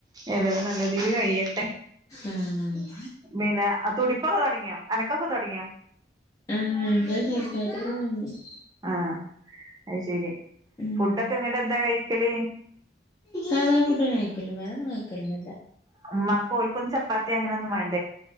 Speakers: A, on the right; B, on the left.
A: ഏതായാലും നല്ല രീതില് കെയ്യട്ടെ.
B: ആഹ്
A: പിന്നെ, തുടിപ്പൊക്കെ തൊടങ്ങിയോ അനക്കൊക്കെ, തൊടങ്ങിയോ.
B: ആഹ് <unintelligible> ചെറുതായിട്ടൊക്കെ <unintelligible>
A: ആഹ, ആയിശേരി
B: ഉം
A: ഫുഡൊക്കെ, എന്നിട് എന്താ കഴിക്കല്.
B: സാധാ, ഫുഡെന്നേ കഴിക്കാല് വേറൊന്നും, കഴിക്കാലോന്നുല്ല.
A: ഉമ്മാക്കും ഓൽക്കൊന്നും ചപ്പാത്തി അങ്ങനൊന്നും വേ